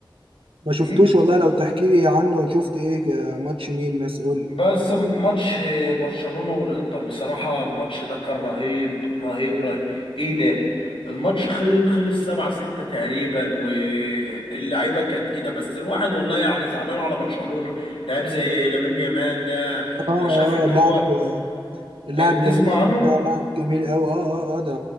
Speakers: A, on the right; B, on the left.
A: ما شفتوش
B: امم
A: والله لو تحكي لي عنه شفت ايه ك- ماتش مين مثلا قول لي
B: بس ماتش برشلونة والانتر بصراحة الماتش ده كان رهيب رهيب رهيب ايه ده الماتش خل- خلص سبعة ستة تقريبا واللعيبة كانت ايه ده بس الواحد والله يعني زعلان على برشلونة لعيب زي لامين يامال ده
A: اه اه
B: انا شايف ان هو
A: لاعب اللاعب
B: آه، تسمع
A: لامين يامال
B: عنه
A: ده لاعب جميل قوي اه اه اه ده